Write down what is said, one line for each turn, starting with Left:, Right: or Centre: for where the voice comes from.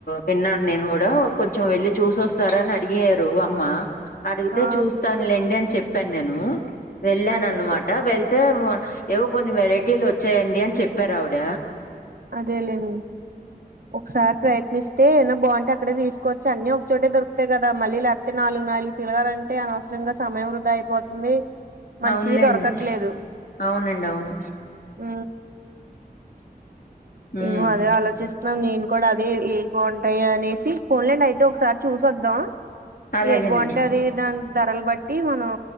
Left: విన్నాన్నేన్ గూడా కొంచెం వెళ్ళి చూసొస్తారా అన్ అడిగారు అమ్మ అడిగితే
Right: ఆ
Left: చూస్తాన్ లేండి అన్ చెప్పాన్నేను వెళ్ళానన్నమాట
Right: అదే అదే
Left: వెళ్ తే వ ఏవో కొన్ని వెరైటీలోచ్చాయండి అన్ చెప్పారావిడ
Right: అదేలేన్ని ఒకసారి ప్రయత్నిస్తే ఏన్న బాగుంటే అక్కడే తీసుకోవచ్చి అన్నీ ఒకచోటే దొరుకుతాయ్ గదా మళ్ళీ ల్యాప్ తే నాలు నాలు తిరగాలంటే అనవసరంగా సమయం వృధా అయిపోతుంది మంచివి
Left: అవునులేండి
Right: దొరకట్లేదు
Left: అవునండవును
Right: ఊ
Left: ఉమ్
Right: ఇవ్వు అదే ఆలోచిస్ నన్ నేను కూడా అదే ఏవి బాగుంటాయనేసి పోన్లేండ్ అయితే ఒకసారి చూసోద్దాం
Left: అలాగేనండి
Right: ఏది బాగవుంటది దాన్ ధరల్ బట్టి మనం